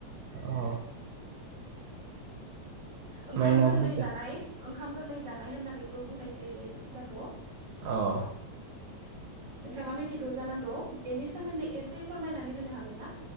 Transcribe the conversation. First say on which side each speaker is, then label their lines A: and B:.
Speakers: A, on the right (about 80°); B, on the right (about 50°).
A: औ
B: ओंखाम
A: माइनाव
B: गोरलै
A: फुजा
B: जानाय ओंखाम गोरलै जानाय होननानैबो बुंनाय जायो बे फुजाखौ
A: औ
B: नोंथाङा मिथिगौ जानांगौ बेनि सोमोन्दै एसे फोरमायनानै होनो हागोन ना